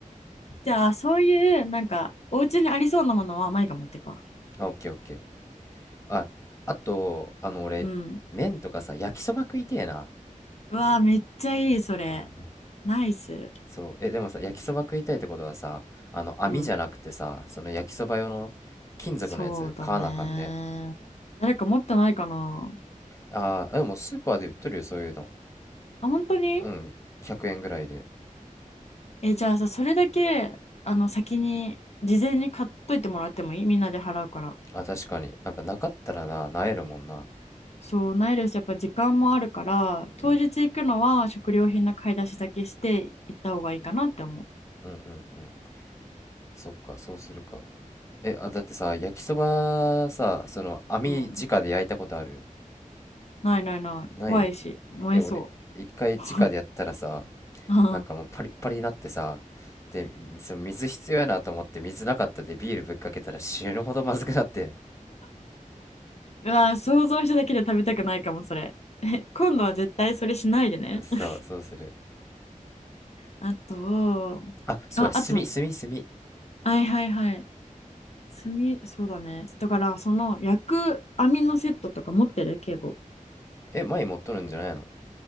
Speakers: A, on the left; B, on the left.
A: じゃあ、そういう、なんか、お家にありそうなものは、マイが持ってくわ。
B: あオッケーオッケーああとあの俺麺とかさ焼きそば食いてえな
A: うん。うわあ、めっちゃいい、それ。
B: うん
A: ナイス。
B: そうえでもさ焼きそば食いたいってことはさあの網じゃなくてさその焼きそば用の金属のやつ買わなあかんね
A: うん。そうだね。誰か持ってないかな
B: ああ、でもスーパーで売っとるよ、そういうの。
A: あ本当に
B: うん、100円ぐらいで。
A: え、じゃあさ、それだけ、あの、先に、事前に買っといてもらってもいいみんなで払うから。
B: あ、確かに。なんかなかったらな、なえるもんな。
A: そう、ないです。やっぱ時間もあるから、当日行くのは食料品の買い出しだけして行った方がいいかなって思
B: うん、うん、うん、うん。そっか、そうするか。え、あ、だってさ、焼きそばさ、その、網直で焼いたことある
A: う。うん。ないないない。
B: ない
A: 怖いし、燃えそ
B: え、俺、一回直でやったらさ、
A: う。<laughs> うん
B: なんかもうパリッパリになってさ、で、その水必要やなと思って水なかったでビールぶっかけたら死ぬほどまずくなって。
A: うわ、想像しただけで食べたくないかも、それ。え今度は絶対それしないでね。
B: そう、
A: <laughs>
B: そうする。
A: あと、
B: あ、そうや、
A: あ、
B: 炭、
A: あと、
B: 炭、炭。
A: はいはいはい。炭、そうだね。だから、その焼く網のセットとか持ってる敬語。
B: え、前持っとるんじゃないの